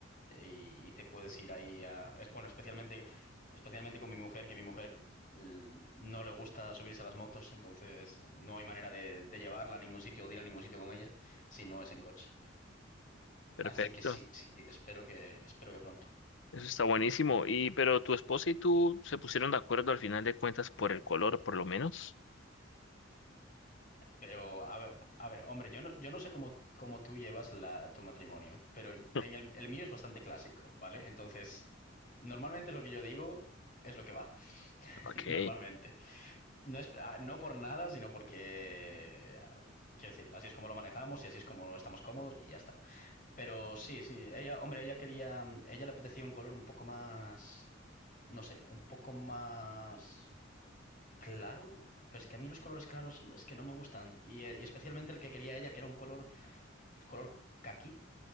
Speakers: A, on the left; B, on the left.
A: eh, y, y te puedes ir ahí a... Es bueno, especialmente, especialmente con mi mujer, que mi mujer l- no le gusta subirse a las motos, entonces no hay manera de, de llevarla a ningún sitio o de ir a ningún sitio con ella si no es en coche.
B: Perfecto.
A: Así que sí, sí, espero que, espero que pronto.
B: Eso está buenísimo. Y, pero tu esposa y tú se pusieron de acuerdo al final de cuentas por el color, por lo menos.
A: Pero a ver, a ver, hombre, yo no, yo no sé cómo, cómo tú llevas la, tu matrimonio, pero en
B: <laughs>
A: el, el mío es bastante clásico, ¿vale? Entonces, normalmente lo que yo digo es lo que va, <laughs>
B: Ok.
A: normalmente. No es, ah, no por nada, sino porque, ah, quiero decir, así es como lo manejamos y así es como estamos cómodos y ya está. Pero sí, sí, ella, hombre, ella quería, ella le apetecía un color un poco más, no sé, un poco más claro. Pero es que a mí los colores claros es que no me gustan. Y, eh, y especialmente el que quería ella, que era un color, color caqui.